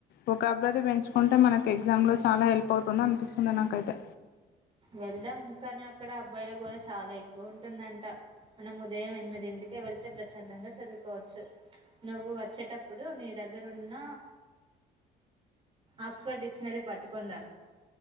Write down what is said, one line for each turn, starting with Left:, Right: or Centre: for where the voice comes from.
Left: ఓ కబ్రరీ పెంచుకుంటే మనకి ఎగ్జామ్లో చాలా హెల్ప్ అవుతుంది అనిపిస్తుంది నాకైతే
Right: వెళ్దాం కానీ అక్కడ అబ్బాయిల గోళ చాలా ఎక్కువ ఉంటుందంట మనం ఉదయం ఎనిమిదింటికే వెళ్తే ప్రశాంతంగా చదువుకోవచ్చు నువ్వు వచ్చేటప్పుడు నీ దగ్గరు ఉన్న ఆక్స్ఫర్డ్ డిక్షనరీ పట్టుకొని రా